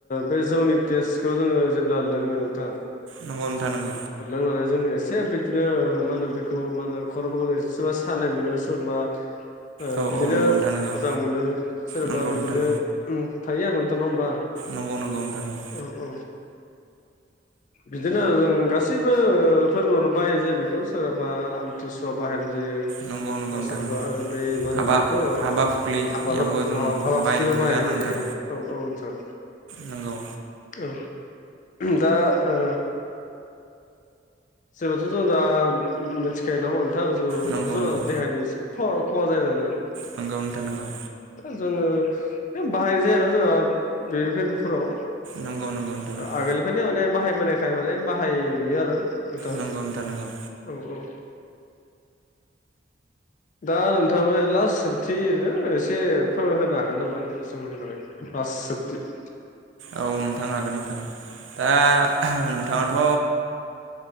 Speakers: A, on the left; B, on the right.
A: बे जौनि टेस्थ खौ जोङो जेब्ला लोङो नोंथां
B: नोंगौ नोंथां नोंगौ
A: हरलोंनानै जोंङो एसे बिदिनो मा होनो बेखौ मा होनो खर'फोरखौ जों एसे सोरबा सानाय मोनो सोर बा ओ
B: औ
A: बिदिनो
B: औ नंगौ नोंथां नंगौ
A: मोजां मोनो सोरबा
B: नंगौ
A: बिदिनो
B: नोंथां
A: थायो आथ' नङा होमबा
B: नंगौ नंगौ नोंथां नंगौ
A: औ औ बिदिनो जों गा सैबो ओ फोरबोआवनो बाहायनाय जायो बेखौ सोरहाबा आमथिसुवा बाहायनाय यो
B: नंगौ नंगौ
A: ओ
B: नोंथां
A: सोरबा
B: नंगौ
A: बे मा होनो
B: हाबा
A: बेखौ
B: हाबा फुख्लियावबो
A: माबानाव
B: जों
A: हाबा
B: बायनायखौ
A: <unintelligible>
B: नुयो
A: बाहायनाय
B: आरो नोंथां
A: जायो औ औ नोंथां
B: नंगौ
A: औ दा ओ जेब्लाथ' जों दा मिथिखायो नामा नोंथां जौ लोबाथ'
B: नंगौ
A: जोंहख
B: नंगौ
A: देहानि खहा खहा जायो होनानै
B: नंगौ नोंथां नंगौ
A: जोङो बाहायनाय जायो आरो जोंहा बे फोरबोफोराव
B: नंगौ नंगौ नोंथां नंगौ
A: आगोलनिफ्रायनो माने बाहायबोनायखाय माने बाहाययो आरो नोंथां
B: नंगौ नोंथां नंगौ
A: औ औ दा नोंथाङा लास्ट सोबथि ओरैनो एसे होनो हागोन नामा आंनो जौनि बागै लास्थ जोबथि
B: औ नोंथां हागोन नोंथां दा नोंथाङाथ'